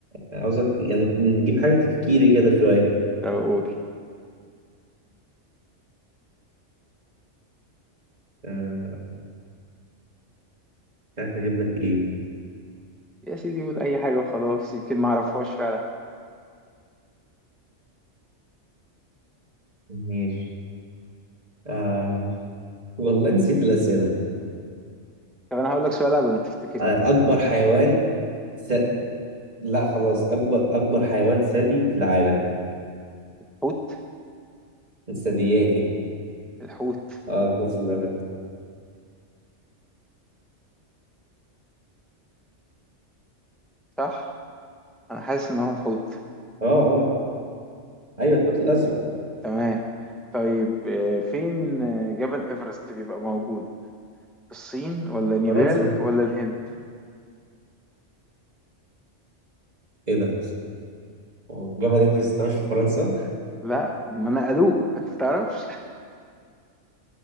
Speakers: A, on the right (about 35°); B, in the centre.
A: عاوزك يعني نجيب حاجة تفكيري كده شوية
B: طب قول
A: آه مش عارف أجيب لك إيه
B: يا سيدي قول اي حاجة وخلاص يمكن ما اعرفهاش فعلا
A: ماشي آه والله نسيت الأسئلة
B: طب انا هقول لك سؤال قبل ما تفتكر تاني
A: آه أكبر حيوان س... لا خلاص أكبر أكبر حيوان ثدي في العالم
B: حوت
A: الثدييات يعني
B: الحوت
A: اه الحوت الأزرق
B: صح انا حاسس ان هو الحوت
A: اه اه أيوه الحوت الأزرق
B: تمام طيب آه، فين آه، جبل إيفرست بيبقى موجود في الصين ولا نيبال
A: فرنسا
B: ولا الهند
A: ايه ده هو جبل ايفرست ده مش في فرنسا
B: لا ما نقلوه انت تعرفش